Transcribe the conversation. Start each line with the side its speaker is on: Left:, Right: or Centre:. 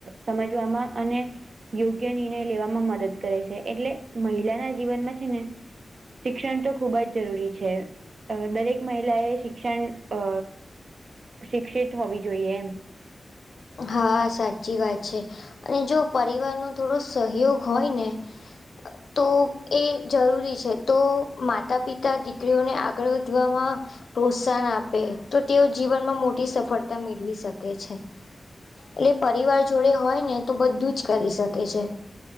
Right: સમજવામાં અને યોગ્ય નિર્ણય લેવામાં મદદ કરે છે એટલે મહિલાના જીવનમાં છે ને શિક્ષણ તો ખુબ જ જરૂરી છે. અ દરેક મહિલાએ શિક્ષણ અ શિક્ષિત હોવી જોઈએ એમ
Left: હા સાચી વાત છે અને જો પરિવારનોો થોડો સહયોગ હોય ને. હ <unintelligible> તો એ જરૂરી છે તો માતા પિતા દીકરીઓને આગળ વધવામાં પ્રોત્સાહન આપે તો તેઓ જીવનમાં મોટી સફળતા મેળવી શકે છે. એટલે પરિવાર જોડે હોય ને તો બધું જ કરી શકે છે.